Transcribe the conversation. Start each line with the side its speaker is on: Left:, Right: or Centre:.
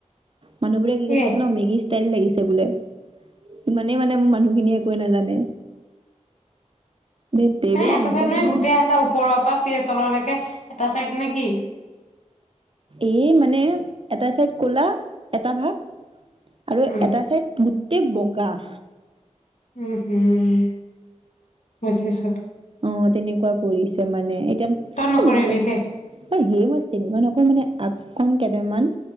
Right: মানুহবোৰে কি
Left: কিয়ে
Right: কৈছে জান? মেগীছ তেল লাগিছে বোলে ইমানেই, মানে, মানুহখিনিয়ে একোৱেই নাজানে। ধেত তেৰিকা
Left: মানে, এটা
Right: ইনচাল্ট
Left: চাইড। মানে,
Right: দিলে
Left: গোটেই এটা ওপৰৰ পৰা পি <unintelligible> তললৈকে এটা চাইড নেকি?
Right: এই, মানে, এটা চাইড ক'লা। এটা ভাগ আৰু
Left: উম
Right: এটা চাইড গোটেই বগ গাহ
Left: উম, হ'ম। বুজিছোঁ।
Right: অ', তেনেকুৱা কৰিছে, মানে। এতিয়া এ,
Left: তই নকৰিবি
Right: তেনেকুৱা,
Left: দেই
Right: এ, সেই, মই তেনেকুৱা নকৰোঁ, মানে আচ্ছ কন কেইদেমান